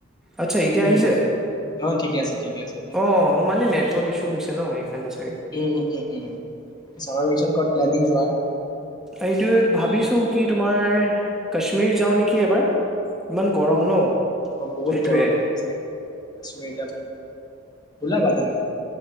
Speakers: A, in the centre; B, on the left (about 20°).
A: আচ্ছা এতিয়া
B: উম
A: আহিছে
B: ঠিকে আছে ঠিকে আছে। এতিয়া
A: অ মানে নেটৱৰ্ক ইছ্যু হৈছে ন সেইকাৰণে চাগে
B: উম উম উ উন চামাৰ ভেকচন কত প্লেনিং যোৱাৰ?
A: এইটো ভাবিছো কি তোমাৰ কাশ্মীৰ যাওঁ নেকি এবাৰ ইমান গৰম ন
B: অ বহুত
A: সেইটোৱে।
B: গৰম ৰে সঁচাকে <unintelligible> ওলাবা তেনে